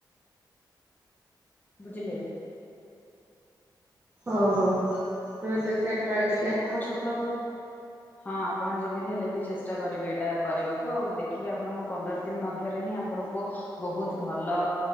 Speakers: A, on the left (about 25°); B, on the right (about 25°).
A: ବୁଝିଲେ।
B: ଓହୋ ଥରେ ଦେଖିବା ଟ୍ରାଏ କରିବା।
A: ଛଟଉ। ହଁ ଆପଣ ଯେମିତି ହେଲେ ବି ଚେଷ୍ଟା କରିବେ ଏଇଟା କରିବାକୁ ଆଉ ଦେଖିବେ ଆପଣଙ୍କୁ ପନ୍ଦର ଦିନ ମଧ୍ୟରେ ହିଁ ଆପଣଙ୍କୁ ବହୁତ ଭଲ